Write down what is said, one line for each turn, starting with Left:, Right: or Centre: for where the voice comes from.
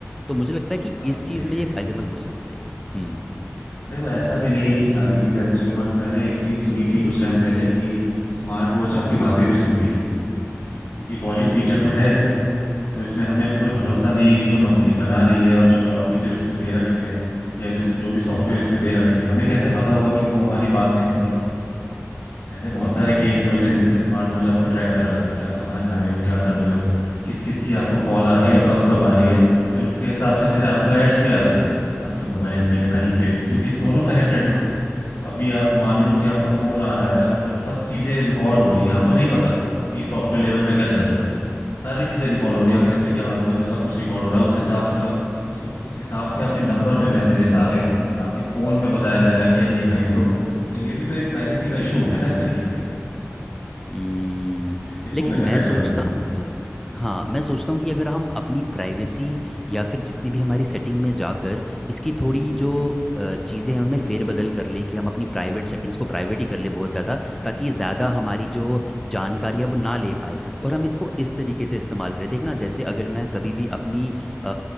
Centre: तो मुझे लगता है कि
Left: बात
Centre: इस
Left: तो सही
Centre: चीज़ में
Left: है
Centre: ये फ़ायदेमंद हो सकती है हम्म
Left: हम्म। देखो ऐसा भी नहीं है कि सारी चीजें अच्छी हो बट मैंने एक चीज सुनी थी कुछ टाइम पहले कि स्मार्ट वॉच
Centre: हम्म
Left: आपकी बातें भी सुनती है क्योंकि कॉलिंग
Centre: ओ
Left: फीचर तो है इसमें तो इसमें हमें कोई
Centre: <laughs>
Left: भरोसा नहीं है कि जो कंपनी बना रही है और जो क्लाउड फीचर इसमें दे रखे हैं या जो जो भी सॉफ्टवेयर इसमें दे रखे हैं हमें कैसे पता होगा कि वो हमारी बात नहीं सुन रहा ऐसे बहुत
Centre: हम्म
Left: सारे केस हुए थे जिसमें स्मार्ट वॉच आपको ट्रैक कर रहा था कि आप कहाँ जा रहे हो क्या कर रहे हो किस किस की आपको कॉल आ रही है और कब कब आ रही है फिर उसके हिसाब से फिर आपको
Centre: हम्म,
Left: एड्स भी आते हैं आपके मोबाइल पे या कहीं पे भी क्योंकि दोनों
Centre: ओ
Left: कनेक्टेड है
Centre: हाँ
Left: तो अभी आप मान लो कि आपका फोन आ रहा है और सब चीजें रिकॉर्ड हो रही हैं आपको नहीं पता कि सॉफ्टवेयर लेवल पे क्या चल रहा है सारी चीजें रिकॉर्ड हो रही है आप किससे क्या बात कर रहे हो सब कुछ रिकॉर्ड हो रहा है उस हिसाब से आप उस उस उस हिसाब से आपके नंबर पे मैसेजेस आ रहे हैं आपके फोन में बताया जा रहा है कि आप ये खरीद लो तो ये भी तो एक प्राइवेसी का इशू हो गया ना एक तरीके से
Centre: हम्म,
Left: इसको
Centre: लेकिन
Left: कैसे
Centre: मैं
Left: टैकल
Centre: सोचता
Left: करोगे आप
Centre: हूँ कि हाँ मैं सोचता हूँ कि अगर हम अपनी प्राइवेसी या फिर जितनी भी हमारी सेटिंग में जाकर इसकी थोड़ी
Left: हम्म।
Centre: जो चीज़ें हैं उनमें फेरबदल कर लें कि हम अपनी प्राइवेट सेटिंग्स को प्राइवेट ही कर लें बहुत ज़्यादा ताकि ये ज़्यादा हमारी जो जानकारी है वो ना ले पाए और हम इसको इस तरीके से इस्तेमाल करें देखना जैसे अगर मैं कभी भी अपनी अ,